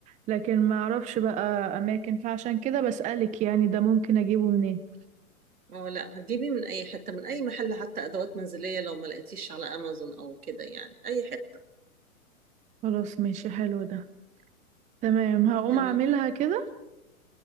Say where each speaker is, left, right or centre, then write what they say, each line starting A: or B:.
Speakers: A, on the right; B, on the right.
A: لكن ما اعرفش بقى اماكن فعشان كده بسألك يعني ده ممكن اجيبه منين
B: اه لا هتجيبيه من اي حته من اي محل حتى ادوات منزليه لو ما لقيتيش على امازون او كده يعني اي حته
A: خلاص ماشي حلو ده تمام هقوم
B: تمام
A: اعملها كده